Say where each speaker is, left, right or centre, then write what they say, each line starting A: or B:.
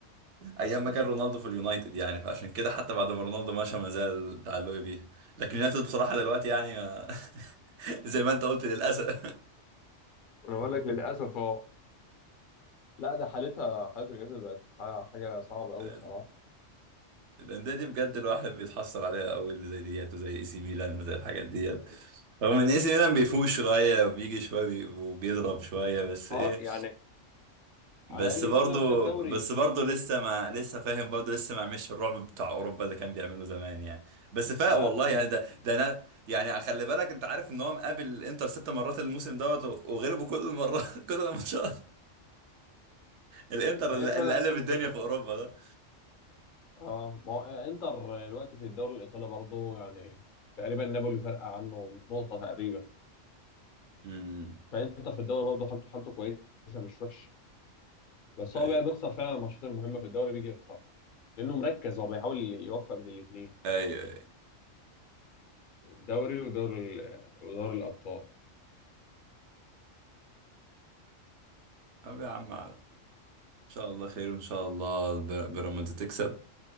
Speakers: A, on the right (about 65°); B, on the left (about 55°).
A: ايام ما كان رونالدو في اليونايتد يعني فعشان كده حتى بعد ما رونالدو مشى ما زال تعلقي بيها لكن اليونايتد بصراحه دلوقتي يعني <laughs> زي ما انت قلت للاسف
B: انا بقول لك للاسف اه لا ده حالتها حالتها اليونايتد بقت ح- حاجه صعبه
A: <laughs>
B: قوي بصراحه
A: الانديه دي بجد الواحد بيتحسر عليها قوي اللي زي ديت وزي اي سي ميلان وزي الحاجات ديت رغم ان اي سي ميلان بيفوق شويه وبيجي شويه بي- وبيضرب شويه بس
B: اه
A: ايه
B: يعني
A: بس
B: على الاقل
A: برضه
B: اسمنا خد دوري
A: بس برضه لسه ما لسه فاهم برضه لسه ما عملش الرعب بتاع اوروبا اللي كان بيعمله زمان يعني بس فاق
B: لا
A: والله
B: لسه
A: يعني ده ده انا يعني خلي بالك انت عارف ان هو مقابل الانتر ست مرات الموسم دوت وغلبه كل المرات <laughs> كل الماتشات الانتر
B: ما
A: اللي
B: هي فعلا
A: اللي قلب
B: انت
A: الدنيا في اوروبا ده
B: اه ما هو انتر دلوقتي في الدوري الايطالي برضه يعني تقريبا نابولي فارقه عنه نقطه تقريبا
A: امم
B: فانتر في الدوري برضه حالته حالته كويسه مش وحش بس
A: ايوه
B: هو بقى بيخسر فعلا الماتشات المهمه في الدوري بيجي يخسر لانه مركز هو بيحاول يوفق بين الاثنين
A: ايوه ايوه
B: الدوري ودوري ال- ودوري الابطال
A: طب يا عم شاء الله خير وإن شاء الله الب- بيراميدز تكسب